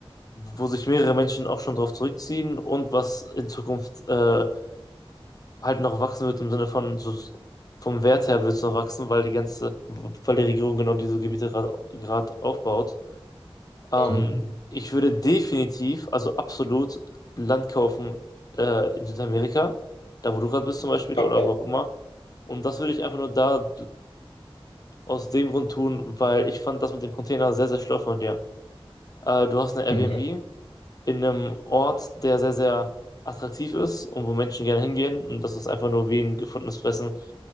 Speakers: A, on the left; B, on the left.
A: wo sich mehrere Menschen auch schon drauf zurückziehen und was in Zukunft äh, halt noch wachsen wird im Sinne von so vom Wert her wird es noch wachsen, weil die ganze, weil die Regierung genau diese Gebiete gerade gerade aufbaut. Ähm,
B: Mhm.
A: ich würde definitiv, also absolut Land kaufen äh, in Südamerika, da wo du gerade bist zum Beispiel
B: Okay.
A: oder wo auch immer und das würde ich einfach nur da aus dem Grund tun, weil ich fand das mit dem Container sehr, sehr schlau von dir. Äh, du hast eine Airbnb
B: Mhm.
A: in einem Ort, der sehr, sehr attraktiv ist und wo Menschen gerne hingehen. Und das ist einfach nur wie ein gefundenes Fressen